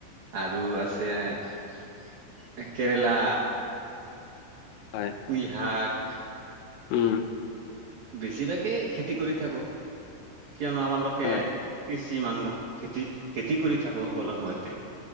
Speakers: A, on the right; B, on the left.
A: আৰু আছে কেৰেলা
B: হয়
A: পূইহাক
B: উম।
A: বেছিভাগেই খেতি কৰি থাকো, কিয়নো আমালোকে
B: হয়
A: কৃষি মানুহ। খেতি, খেতি কৰি থাকো সকলো সময়তে।